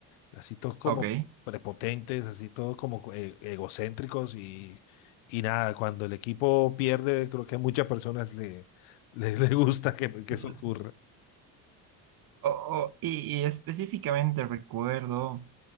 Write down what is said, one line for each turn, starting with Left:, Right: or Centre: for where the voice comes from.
Left: así todos como
Right: Ok.
Left: prepotentes, así todos como e- egocéntricos y, y nada, cuando el equipo pierde, creo que a muchas personas le, <laughs> le, le gusta que, que
Right: <laughs>
Left: eso ocurra.
Right: O- o- y, y específicamente recuerdo